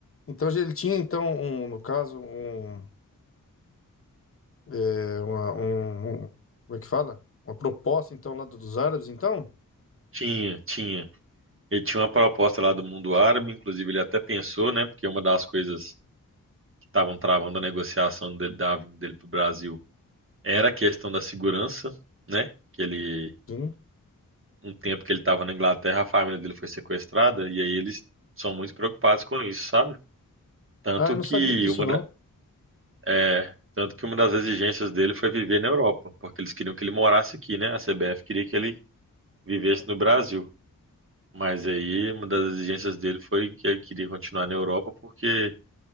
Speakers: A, on the left (about 40°); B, on the right (about 40°).
A: Então, ele tinha, então, um, no caso, um, É uma, um, um- como é que fala? Uma proposta, então, lá do- dos árabes, então?
B: Tinha, tinha. Ele tinha uma proposta lá do mundo árabe, inclusive ele até pensou, né? Porque uma das coisas estavam travando a negociação dele, da vinda dele para o Brasil era a questão da segurança, né? Que ele,
A: Sim.
B: um tempo que ele estava na Inglaterra, a família dele foi sequestrada e aí eles são muito preocupados com isso, sabe? Tanto
A: Ah, eu não
B: que
A: sabia disso,
B: uma,
A: não.
B: da- é, tanto que uma das exigências dele foi viver na Europa, porque eles queriam que ele morasse aqui, né? A CBF queria que ele vivesse no Brasil. Mas aí uma das exigências dele foi que ele queria continuar na Europa porque